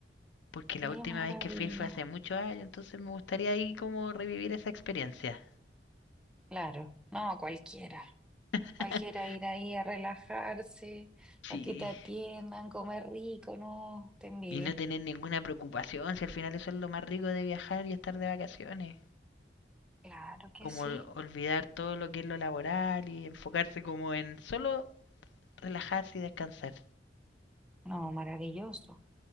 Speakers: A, on the left; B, in the centre.
A: Porque
B: qué
A: la última
B: maravilla.
A: vez que fui fue hace muchos años, entonces me gustaría ahí como revivir esa experiencia.
B: Claro, no, cualquiera.
A: <laughs>
B: Cualquiera ir ahí a relajarse,
A: Sí.
B: a que te atiendan, comer rico, no, te envidio.
A: Y no tener ninguna preocupación, si al final eso es lo más rico de viajar y estar de vacaciones.
B: Claro que
A: Como
B: sí.
A: olvidar todo lo que es lo laboral y enfocarse como en solo relajarse y descansar.
B: No, maravilloso,